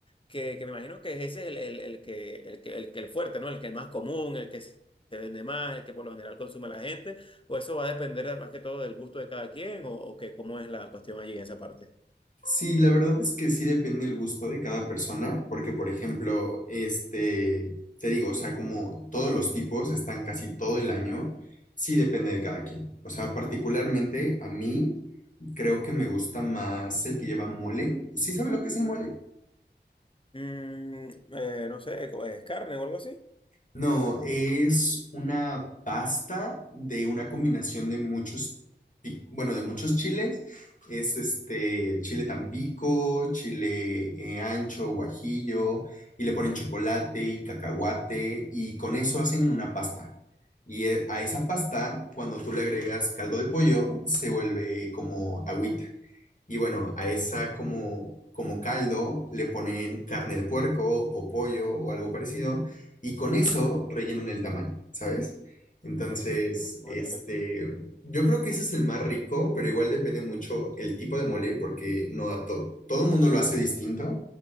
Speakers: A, on the left; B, on the left.
A: Que, que me imagino que ese es el, el, el que, el que, el que el fuerte, ¿no? El que es más común, el que se vende más, el que por lo general consume la gente. ¿O eso va a depender más que todo del gusto de cada quien? ¿O, o qué, cómo es la cuestión allí en esa parte?
B: Sí, la verdad es que sí depende el gusto de cada persona, porque por ejemplo, este, te digo, o sea, como todos los tipos están casi todo el año, sí depende de cada quien. O sea, particularmente a mí creo que me gusta más el que lleva mole. ¿Sí sabe lo que es el mole?
A: Mm, eh, no sé, ¿es carne o algo así?
B: No, es una pasta de una combinación de muchos, pi- bueno, de muchos chiles. Es este chile tampico, chile eh, ancho, guajillo, y le ponen chocolate y cacahuate, y con eso hacen una pasta. Y eh, a esa pasta, cuando tú le agregas caldo de pollo, se vuelve como agüita. Y bueno, a esa como, como caldo le ponen carne de puerco o pollo o algo parecido, y con eso rellenan el tamal, ¿sabes? Entonces,
A: Mm, vale,
B: este,
A: vale.
B: yo creo que ese es el más rico, pero igual depende mucho el tipo de mole, porque no a todo, todo el mundo lo hace distinto.